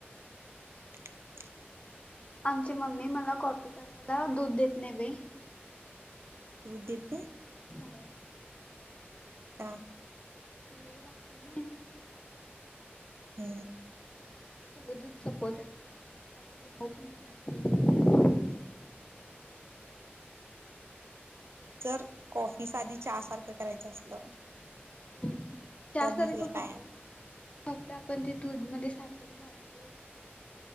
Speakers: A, on the right; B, on the left.
A: <inaudible>
B: आमची मम्मी मला कॉपी करायला दूध देत नाही बाई.
A: दूध देत नाय.
B: होय
A: ता
B: ती लय लागतंय नाही.
A: अ.
B: सगळं दूध संपवत्यास, त्यात तुझा भाऊबी पिणारे
A: जर, कॉफी साधी चहा सारखं करायचं असलं
B: भुम चहा
A: तर
B: सारखं
A: मी तुला काय
B: कुठं. आत्ता आपण ते दूध मध्ये साखर घालतोय.